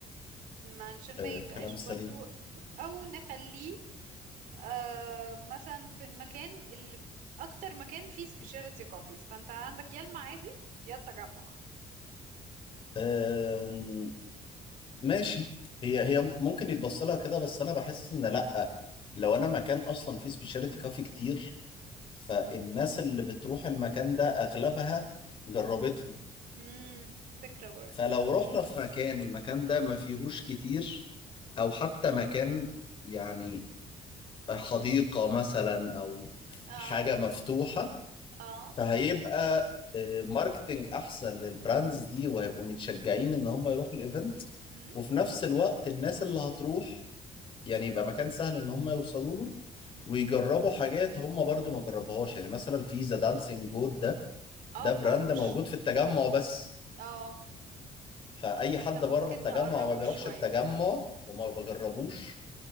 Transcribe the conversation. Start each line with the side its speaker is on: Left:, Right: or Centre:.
Right: ما- عشان
Left: آه،
Right: ما يبقاش
Left: كلام سليم
Right: برضو او نخليه آه، مثلا في المكان اللي في- اكتر مكان فيه سبيشاليتي كوفيز فانت عندك يا المعادي يا التجمع
Left: آم، ماشي هي هي ممكن يتبص لها كده بس انا بحس ان لا لو انا مكان اصلا فيه سبيشاليتي كافي كتير فالناس اللي بتروح المكان ده اغلبها جربتهم
Right: امم فكرة برضو
Left: فلو رحنا في مكان المكان ده ما فيهوش كتير او حتى مكان يعني حديقة مثلا أو
Right: اه
Left: حاجة مفتوحة
Right: اه
Left: فهيبقى آه، ماركتينج أحسن للبراندز دي وهيبقوا متشجعين إن هم يروحوا الإيفنت
Right: امم
Left: وفي نفس الوقت الناس اللي هتروح يعني يبقى مكان سهل إن هم يوصلوا له
Right: امم
Left: ويجربوا حاجات هم برضو ما جربوهاش يعني مثلا في ذا دانسينج جود ده
Right: اه
Left: ده
Right: ما
Left: براند
Right: مش
Left: موجود في التجمع بس
Right: اه
Left: فأي
Right: فاحنا
Left: حد بره
Right: ممكن
Left: التجمع
Right: نقربه
Left: وما بيروحش
Right: شوية
Left: التجمع وما بجربوش